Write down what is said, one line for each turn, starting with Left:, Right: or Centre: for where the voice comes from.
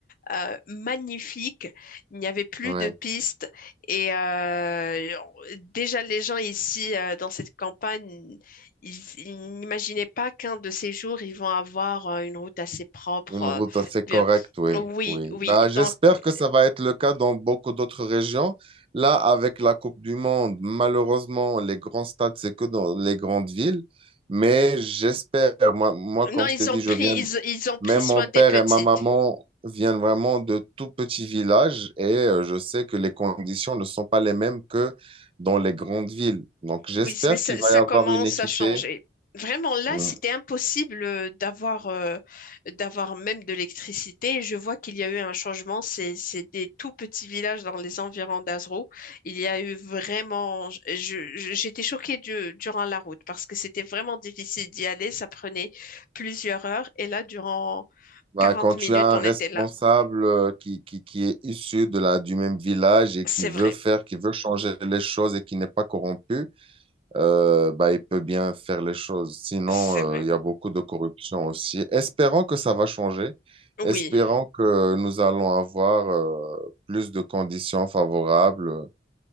Left: euh, magnifique. Il n'y avait plus
Right: Ouais.
Left: de pistes et euh, déjà les gens ici euh, dans cette campagne, ils, ils n'imaginaient pas qu'un de ces jours ils vont avoir euh, une route assez propre.
Right: Une
Left: euh,
Right: route assez
Left: bien,
Right: correcte, oui,
Left: oui,
Right: oui.
Left: oui.
Right: Bah, j'espère
Left: Donc euh,
Right: que ça va être le cas dans beaucoup d'autres régions. Là, avec la Coupe du Monde, malheureusement, les grands stades, c'est que dans les grandes villes. Mais j'espère, moi, moi, comme
Left: non, ils
Right: je t'ai
Left: ont
Right: dit,
Left: pris,
Right: je viens,
Left: ils, ils ont pris
Right: même
Left: soin
Right: mon père
Left: des petites.
Right: et ma maman viennent vraiment de tout petits villages et euh, je sais que les conditions ne sont pas les mêmes que dans les grandes villes. Donc, j'espère
Left: Oui, mais ça,
Right: qu'il va
Left: ça
Right: y avoir
Left: commence
Right: une équité.
Left: à changer. Vraiment, là,
Right: Mm.
Left: c'était impossible euh, d'avoir euh, d'avoir même de l'électricité. Je vois qu'il y a eu un changement. C'est c'est des tout petits villages dans les environs d'Azrou. Il y a eu vraiment. je- je- j'étais choquée du- durant la route parce que c'était vraiment difficile d'y aller. Ça prenait plusieurs heures. Et là, durant
Right: Bah,
Left: 40
Right: quand
Left: minutes,
Right: tu as un
Left: on
Right: responsable
Left: était là.
Right: euh, qui, qui, qui est issu de la, du même village et
Left: C'est
Right: qui veut
Left: vrai.
Right: faire, qui veut changer les choses et qui n'est pas corrompu, euh, bah, il peut bien faire les choses. Sinon,
Left: C'est vrai.
Right: euh, il y a beaucoup de corruption aussi. Espérons que ça va changer.
Left: Oui.
Right: Espérons que nous allons avoir euh, plus de conditions favorables